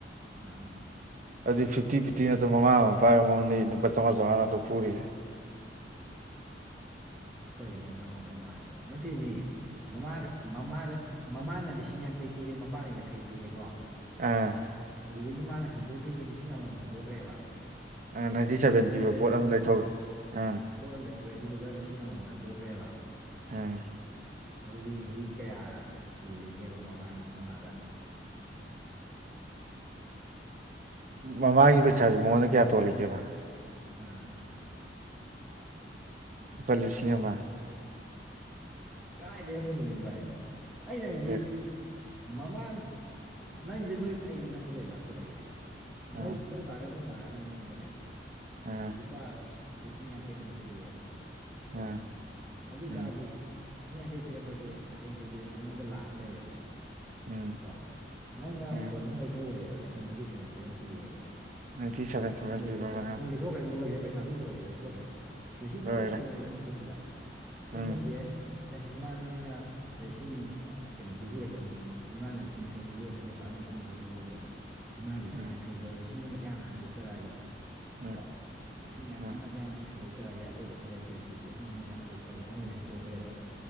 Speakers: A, in the centre; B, on the right.
A: ꯏꯪꯑꯥ
B: ꯑꯗꯩ ꯐꯤꯐꯇꯤ ꯐꯤꯐꯇꯤ ꯅꯠꯇ꯭ꯔꯣ ꯃꯃꯥꯒ ꯃꯄꯥꯒ ꯃꯉꯣꯟꯗꯩ ꯂꯨꯄꯥ ꯆꯥꯎꯉꯥ ꯆꯥꯎꯉꯥꯅꯠꯇ꯭ꯔꯣ ꯄꯨꯔꯤꯖꯦ
A: ꯑ ꯀꯔꯤꯅꯣ ꯆꯉ꯭ꯋꯥ ꯆꯉ꯭ꯋꯥ ꯍꯥꯏꯕꯣ ꯅꯠꯇꯦꯃꯤ ꯃꯃꯥꯅ ꯃꯃꯥꯗ ꯃꯃꯥꯅ ꯂꯤꯁꯤꯡ ꯌꯥꯡꯈꯩ ꯄꯤꯔꯦ ꯃꯄꯥꯅ ꯌꯥꯡꯈꯩ ꯄꯤꯔꯦꯀꯣ
B: ꯑꯥ
A: ꯑꯗꯨꯗꯒꯤ ꯃꯥꯅ ꯍꯟꯗꯣꯛꯈ꯭ꯔꯤꯁꯦ ꯂꯤꯁꯤꯡ ꯑꯃꯝꯃꯝ ꯍꯟꯗꯣꯛꯈ꯭ꯔꯦꯕ
B: ꯑ ꯅꯥꯏꯟꯇꯤ ꯁꯚꯦꯟ ꯄꯤꯕ
A: ꯂꯩꯔ
B: ꯄꯣꯠ
A: ꯃꯇꯨꯡꯗ
B: ꯑꯃ ꯂꯩꯊꯣꯛꯈꯦ ꯑꯥ
A: ꯄꯣꯠ ꯑꯃ ꯂꯩꯊꯣꯛꯑꯦ ꯑꯗꯨꯗꯨꯒ ꯂꯤꯁꯤꯡ ꯑꯃꯝꯃꯝ ꯍꯟꯇꯣꯛꯈ꯭ꯔꯦꯕ
B: ꯑ
A: ꯑꯗꯨꯗꯤ ꯍꯧꯖꯤꯛ ꯀꯌꯥ ꯇꯣꯜꯂꯤꯒꯦꯕ ꯃꯃꯥꯟ ꯃꯃꯥꯗ
B: ꯃꯃꯥꯒꯤ ꯄꯩꯁꯥꯥꯖꯦ ꯃꯉꯣꯟꯗ ꯀꯌꯥ ꯇꯣꯂꯤꯒꯦꯕ
A: ꯑꯥ
B: ꯂꯨꯄꯥ ꯂꯤꯁꯤꯡ ꯑꯃ
A: ꯀꯔꯥꯏꯗꯩ ꯑꯃꯅꯣꯍꯦ ꯚꯥꯏ ꯑꯩꯅ ꯍꯥꯏꯗꯤ
B: ꯑꯦ
A: ꯃꯃꯥꯟ ꯅꯪꯖꯦ ꯅꯣꯏ ꯑꯩꯖꯦ ꯅꯪꯉꯣꯟꯗ ꯑꯦꯛꯖꯥꯝ ꯄꯤꯔꯛꯑꯒꯦꯁꯦ ꯅꯩꯞ
B: ꯑꯥ
A: ꯅꯣꯏ ꯕꯥꯒ ꯅꯣꯏ ꯃꯥꯒꯅ ꯅꯪꯉꯣꯟꯗꯅꯦ
B: ꯑꯥ
A: ꯂꯨꯄꯥ ꯂꯤꯁꯤꯡ ꯌꯥꯡꯈꯩ ꯌꯥꯡꯈꯩ ꯄꯤꯔꯛꯑꯦꯕ ꯀꯣ
B: ꯑꯥ
A: ꯑꯗꯣꯏꯇꯥꯔꯗꯤ
B: ꯎꯝ
A: ꯂꯤꯁꯤꯡ ꯌꯥꯡꯈꯩ ꯄꯤꯔꯄꯖꯦ ꯌꯥꯡꯈꯩ ꯌꯥꯡꯈꯩ ꯄꯤꯔꯛꯖꯦ ꯅꯪꯉꯣꯟꯗ ꯂꯥꯛ ꯑꯃ ꯂꯩꯔꯦꯕ
B: ꯎꯝ
A: ꯀꯣ ꯅꯪꯅ
B: ꯎꯝ
A: ꯐꯣꯟ ꯑꯃ ꯂꯩꯊꯣꯛꯎꯔꯦꯕ ꯂꯤꯁꯤꯡ ꯅꯥꯏꯇꯤ ꯁꯦꯚꯦꯟ ꯊꯥꯎꯖꯟ ꯄꯤꯔꯦꯕꯀꯣ
B: ꯅꯥꯏꯟꯇꯤ ꯁꯚꯦꯟ ꯊꯥꯎꯖꯟ
A: ꯐꯣꯟ ꯂꯩꯊꯣꯛꯈ꯭ꯔꯦ
B: ꯄꯤꯕ ꯑꯃ
A: ꯐꯣꯟ ꯂꯩꯊꯣꯛꯈ꯭ꯔꯦ ꯂꯣꯏꯒ꯭ꯔꯦ ꯄꯩꯁꯥꯗꯣ ꯂꯣꯏꯒ꯭ꯔꯦ ꯂꯩꯊꯣꯛꯈ꯭ꯔꯦ ꯂꯤꯁꯤꯡ
B: ꯂꯣꯏꯔꯦ
A: ꯑꯍꯨꯝꯈꯛꯅꯦꯕ ꯅꯪ ꯈꯨꯠꯁꯤꯗ ꯂꯤꯁꯤꯡ
B: ꯎꯝ
A: ꯑꯍꯨꯝꯖꯦ ꯑꯦꯁ ꯏꯃꯥꯟ ꯅꯣꯏꯅ ꯂꯤꯁꯤꯡ ꯀꯩꯅꯣ ꯄꯤꯕꯤꯔꯛꯄꯅꯤ ꯏꯃꯥꯅ ꯂꯤꯁꯤꯡ ꯌꯥꯡꯈꯩ ꯄꯤꯕꯤꯔꯛꯄꯅꯤ ꯕꯕꯥꯅ ꯂꯤꯁꯤꯡ ꯌꯥꯡꯈꯩ ꯄꯤꯕꯤꯔꯛꯄꯅꯤ ꯏꯃꯥꯒꯤ ꯂꯤꯁꯤꯡ
B: ꯎꯝ
A: ꯌꯥꯡꯈꯩꯗꯣ ꯑꯩ ꯂꯤꯁꯤꯡ ꯑꯃꯖꯦ ꯍꯟꯗꯣꯛꯆꯔꯛꯑꯒꯦ
B: ꯎꯝ
A: ꯀꯣ ꯂꯤꯁꯤꯡ
B: ꯎꯝ
A: ꯑꯃꯖꯦ ꯍꯥꯟꯅ ꯑꯩ ꯍꯟꯗꯣꯛꯆꯔꯒꯦ ꯑꯇꯩꯗꯨ ꯈꯔ ꯂꯩꯔ ꯄꯤꯔꯛꯀꯦ ꯂꯤꯁꯤꯡ ꯑꯃꯖꯦ ꯍꯟꯇꯣꯛꯆꯔꯒꯦ ꯑꯃꯖꯦ ꯍꯟꯇꯣꯛꯈ꯭ꯔꯦꯕ